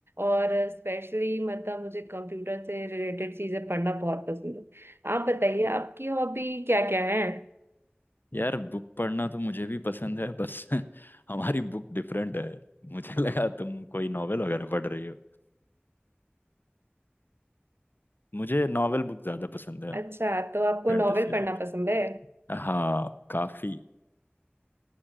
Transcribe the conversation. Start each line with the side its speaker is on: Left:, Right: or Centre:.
Right: और स्पेशली मतलब मुझे कंप्यूटर से रिलेटेड चीजें पढ़ना बहुत पसंद है आप बताइए आपकी हॉबी क्या क्या है
Left: यार बुक पढ़ना तो मुझे भी पसंद है बस <laughs> हमारी बुक डिफरेंट है मुझे <laughs> लगा तुम कोई नॉवेल वगैरह पढ़ रही हो मुझे नॉवेल बुक ज्यादा पसंद है
Right: अच्छा तो आपको
Left: Fantasy
Right: नॉवेल पढ़ना
Left: book
Right: पसंद है
Left: हाँ काफी